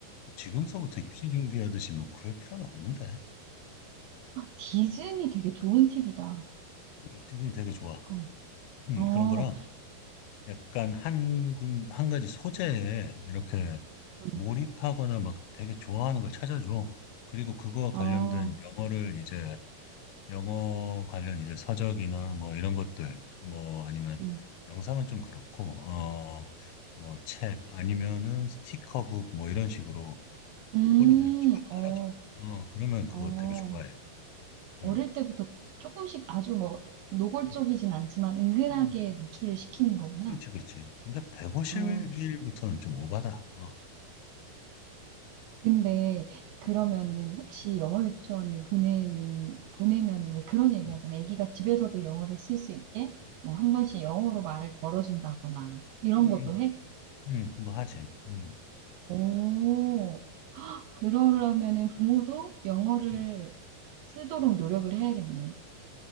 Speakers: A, on the left; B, on the right.
A: 지금서부터 입시 준비하듯이 뭐 그럴 필요는 없는데.
B: 디즈니 되게 좋은 팁이다.
A: 음, 되게 되게 좋아.
B: 어,
A: 음,
B: 어,
A: 그런 거랑 약간 한 군, 한 가지 소재에 이렇게
B: 음,
A: 몰입하거나 막 되게 좋아하는 걸 찾아줘. 그리고 그거와
B: 어,
A: 관련된 영어를 이제 영어 관련 이제 서적이나 뭐 이런 것들 뭐 아니면
B: 음,
A: 영상은 좀 그렇고 어, 뭐 책 아니면은 스티커북 뭐 이런 식으로
B: 음,
A: 그걸로 그냥 쫙
B: 어,
A: 깔아줘. 어, 그러면
B: 어.
A: 그거 되게 좋아해.
B: 어릴
A: 어.
B: 때부터 조금씩 아주 뭐 노골적이진
A: 음,
B: 않지만 은근하게
A: 음,
B: 노출을 시키는 거구나.
A: 그렇지, 그렇지. 근데 150일부터는
B: 어,
A: 좀 오바다. 어.
B: 근데 그러면은
A: 음,
B: 혹시 영어 유치원을 보내는, 보내면은
A: 음,
B: 왜 그런 얘기
A: 음,
B: 하잖아. 애기가 집에서도 영어를 쓸 수 있게 뭐 한 번씩 영어로 말을 걸어준다거나 이런
A: 음,
B: 것도 해?
A: 음, 음, 그거 하지. 음,
B: 오. 그러려면은 부모도 영어를
A: 음,
B: 쓰도록 노력을 해야겠네.